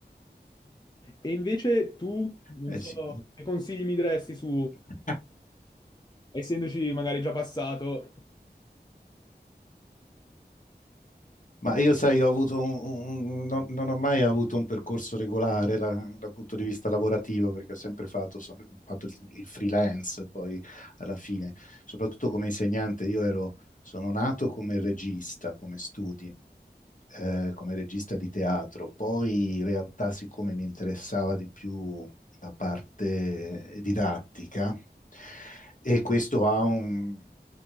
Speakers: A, on the left (about 25°); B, on the left (about 50°).
A: E invece tu, non
B: Eh
A: so,
B: sì.
A: che consigli mi diresti su,
B: <laughs>
A: essendoci magari già passato,
B: Ma io, sai, ho avuto un- un- non, non ho mai avuto un percorso regolare da, dal punto di vista lavorativo, perché ho sempre fatto, so- fatto il, il freelance, poi alla fine, soprattutto come insegnante, io ero, sono nato come regista, come studi, eh, come regista di teatro, poi in realtà siccome mi interessava di più la parte didattica e questo ha un,